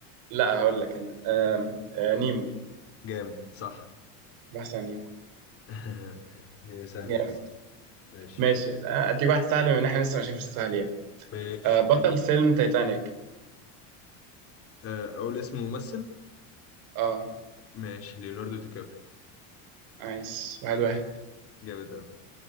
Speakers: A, on the right; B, on the left.
A: لا هقول لك انا آم، آه نيمو
B: جامد صح
A: محسن نيمو
B: <laughs> هي سهلة
A: جامد
B: دي الصراحة ماشي
A: ماشي آه، اديك واحد سهل بما ان احنا لسه ماشيين في السهل يعني
B: ماشي
A: آه بطل فيلم تايتانيك
B: آه، أقول اسم ممثل
A: اه
B: ماشي ليوناردو دي كابريو
A: عايز واحد واحد
B: جامد أوي